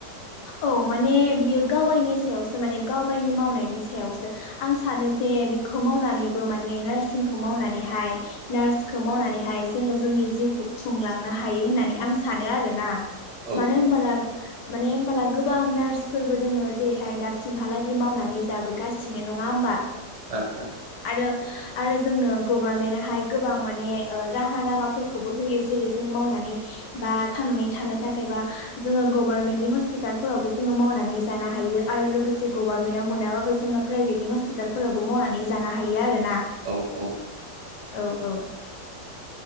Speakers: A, on the left; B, on the right.
A: औ माने बियो गावाइनि सायावसो माने गावाइनि मावनायनि सायावसो आं सानो जे बिखौ मावनानैबो माने नार्सिंखौ मावनानैहाय नार्सखौ मावनानैहाय जोङो जोंनि जिउखौ खुंलांनो हायो होननानै आं सानो आरोना।
B: औ
A: मानो होनबाला
B: औ
A: माने होमबाला गोबां नार्सफोरबो दोङो जेरैहाय दासिमहालागि मावनानै जाबोगासिनो नङा होमबा।
B: आदसा
A: आरो आरो जोंनो गभारनमेन्टहाय गोबां माने ओ राहा लामाफोरखौबो होयो जेरै जों मावनानै बा थांनानै थानो थाखै बा जोङो ग भार्नमेन्टनि हस्पिटालफोरावबो जोङो मावनानै जानो हायो आरो लोगोसे गभार्नमेन्टाव मोनाबाबो जोङो प्राइभेटनि हस्पिटालफोरावबो मावनानै जानो हायो आरो ना।
B: औ औ।
A: औ औ।